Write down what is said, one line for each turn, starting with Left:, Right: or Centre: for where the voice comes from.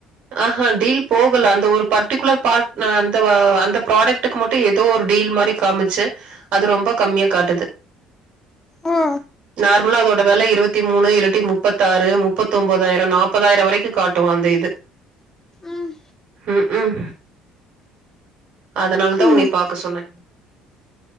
Right: ஆஹஹா டீல் போகல அந்த ஒரு பர்டிகுலர் பார்ட் அந்த அந்த ப்ராடக்டக்கு மட்டும் ஏதோ ஒரு டீல் மாதிரி காமிச்சு அது ரொம்ப கம்மியா காட்டுது
Left: ஓ
Right: நார்மலா வில இருவதி மூணு இல்லாட்டி முப்பத்தி ஆறு முப்பத்தி ஒம்போது ஆயிரம் நாபதாயிரம் வரைக்கும் காட்டுவான் அந்த இது
Left: ம்
Right: உம் உம் அதனால தான் உன்னை
Left: ம்
Right: பாாரக்க சொன்னேன்